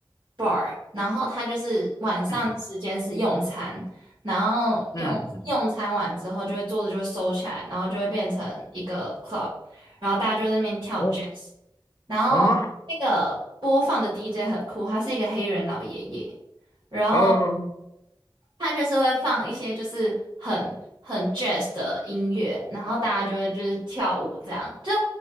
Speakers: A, on the right (about 65°); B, on the left (about 40°).
A: Bar，然后它就是晚上时间是用餐，
B: 嗯
A: 然后用用餐完之后就会桌子就会收起来，
B: 嗯，
A: 然后就会变成一个 club，然后大家就在那边跳
B: 哦
A: jazz，然后那个播放的
B: 哦
A: DJ 很酷，他是一个黑人老爷爷。然后。
B: 哦，
A: 他就是会放一些就是很很 jazz 的音乐，然后大家就会就是跳舞这样。就